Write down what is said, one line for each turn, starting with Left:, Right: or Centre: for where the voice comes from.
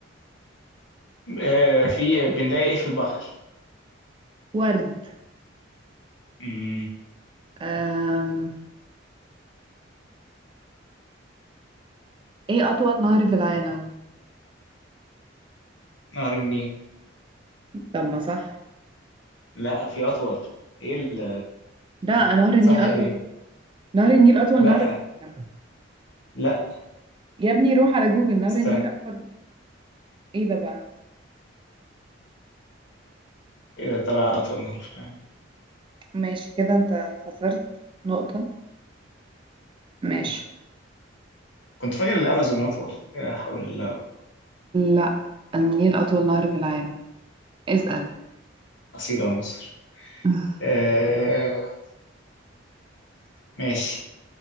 Left: آه في بنلاقي ايه في البحر
Right: ورد
Left: مم.
Right: أم... ايه اطول نهر في العالم
Left: نهر النيل
Right: طب ما صح
Left: لا في اطول ايه ال-
Right: لا نهر النيل
Left: صح
Right: اطول
Left: ايه
Right: نهر النيل اطول
Left: لا
Right: نهر في العالم
Left: لا
Right: يا ابني روح على جوجل نهر
Left: استنى
Right: النيل اطول ايه ده بقى
Left: ايه ده طلع اطول نهر في العالم
Right: ماشي كده انت خسرت نقطة ماشي
Left: كنت فاكر الامازون اطول لا حول الله
Right: لا النيل اطول نهر في العالم اسأل
Left: اصيله يا مصر
Right: <laughs>
Left: آه ماشي